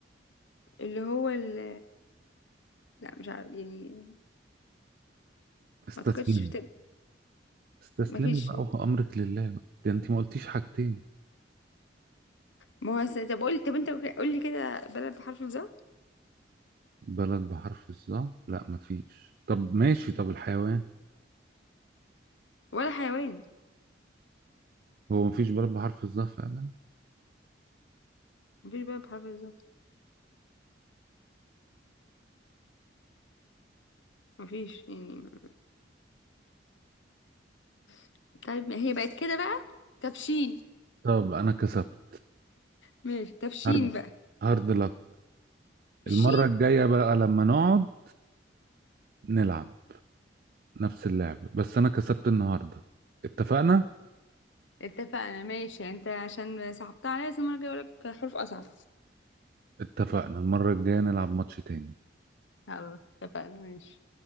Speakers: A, on the left; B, on the right.
A: اللي هو ال... لا مش عارف يعني
B: استسلم
A: ما اعتقدش في تب...
B: استسلمي
A: ما فيش
B: بقى وأمرك لله بقى ده انت ما قلتيش حاجتين
A: ما هو س... طب قول طب انت قول لي كده بلد بحرف الظا
B: بلد بحرف الظا لا مفيش طب ماشي طب الحيوان
A: ولا حيوان
B: هو مفيش بلد بحرف الظا فعلا
A: ما فيش بلد بحرف الظا ما فيش يعني ما... <laughs> طيب ما هي بقت كده بقى تبشين
B: طب انا كسبت
A: ماشي تبشين
B: هارد
A: بقى
B: هارد لك المرة
A: الشين
B: الجاية بقى لما نقعد نلعب نفس اللعبة بس انا كسبت النهاردة اتفقنا
A: اتفقنا ماشي انت عشان صعبتها عليا بس المرة الجاية اقول لك حروف اصعب
B: اتفقنا المرة الجاية نلعب ماتش تاني
A: خلاص اتفقنا ماشي